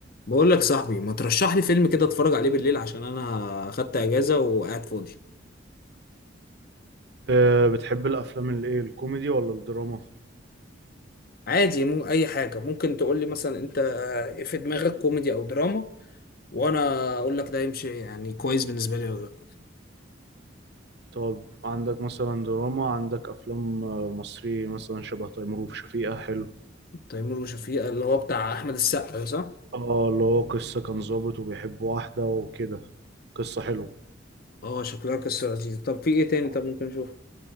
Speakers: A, on the left (about 50°); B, on the right (about 60°).
A: بقول لك صاحبي ما ترشح لي فيلم كده اتفرج عليه بالليل عشان انا خدت اجازة وقاعد فاضي
B: أه بتحب الأفلام الإيه الكوميدي ولا الدراما؟
A: عادي مو اي حاجة ممكن تقول لي مثلا انت في دماغك كوميدي او دراما وانا اقول لك ده يمشي يعني كويس بالنسبة لي ولا لا
B: طب عندك مثلا دراما عندك أفلام آه، مصري مثلا شبه تيمور وشفيقة حلو
A: تيمور وشفيقة اللي هو بتاع احمد السقا ده صح
B: اه اللي هو قصة كان ظابط وبيحب واحدة وكده قصة حلوة
A: اه شكلها قصة لذيذة طب في ايه تاني
B: آه.
A: طب ممكن اشوفه